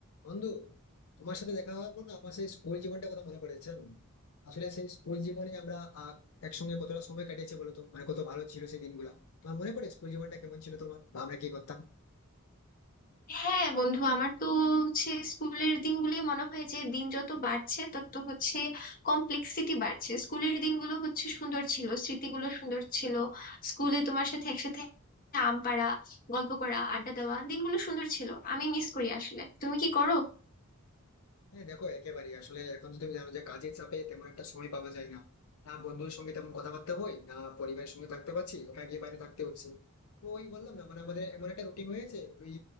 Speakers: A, on the left; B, on the left.
A: বন্ধু তোমার সাথে দেখা হওয়ার পর না আমার সেই স্কুল জীবনটা কথা মনে পড়েছে জানো আসলে সেই স্কুল জীবনে আমরা আহ, একসঙ্গে কতটা সময় কাটিয়েছি বলতো মানে কত ভালো ছিল সেই দিনগুলো তোমার মনে পড়ে স্কুল জীবনটা কেমন ছিল তোমার বা আমরা কি করতাম
B: হ্যাঁ বন্ধু আমার তো হচ্ছে স্কুলের দিনগুলি মনে হয় যে দিন যত বাড়ছে তত হচ্ছে কমপ্লেক্সিটি বাড়ছে স্কুলের দিনগুলো হচ্ছে সুন্দর ছিল স্মৃতিগুলো সুন্দর ছিল স্কুলে তোমার সাথে একসাথে আম পাড়া গল্প করা আড্ডা দেওয়া দিনগুলো সুন্দর ছিল আমি মিস করি আসলে তুমি কি করো
A: হ্যাঁ দেখো একেবারেই আসলে এখন তো তুমি জানো যে কাজের চাপে তেমন একটা সময় পাওয়া যায় না না বন্ধুর সঙ্গে তেমন কথাবার্তা হয় না পরিবারের সঙ্গে থাকতে পারছি ওখানে গিয়ে বাইরে থাকতে হচ্ছে তো ওই বললাম না মানে আমাদের এমন একটা রুটিন হয়েছে ওই